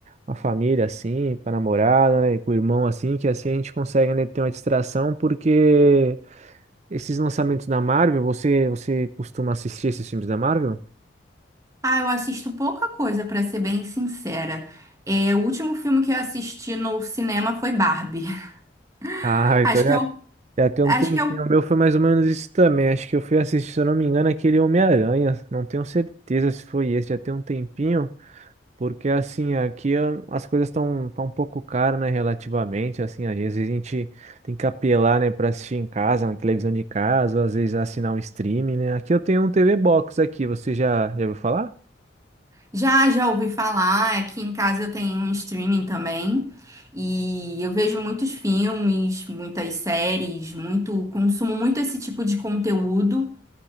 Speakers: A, on the right; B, on the right.
A: a família, assim, com a namorada, né? E com o irmão, assim, que assim a gente consegue, né, ter uma distração, porque esses lançamentos da Marvel, você, você costuma assistir esses filmes da Marvel?
B: Ah, eu assisto pouca coisa, pra ser bem sincera. É, o último filme que eu assisti no cinema foi Barbie.
A: Ah,
B: <laughs>
A: então
B: Acho
A: já,
B: que eu,
A: já tem
B: acho
A: um tempinho.
B: que eu
A: O meu foi mais ou menos isso também. Acho que eu fui assistir, se eu não me engano, aquele Homem-Aranha. Não tenho certeza se foi esse, já tem um tempinho. Porque assim, aqui ah, as coisas estão tão tão um pouco caras, né, relativamente, assim, às vezes a gente tem que apelar, né, para assistir em casa, na televisão de casa, ou às vezes assinar um streaming, né? Aqui eu tenho um TV Box aqui, você já já ouviu falar?
B: já já ouvi falar. Aqui em casa eu tenho um streaming também e eu vejo muitos filmes, muitas séries, muito consumo muito esse tipo de conteúdo.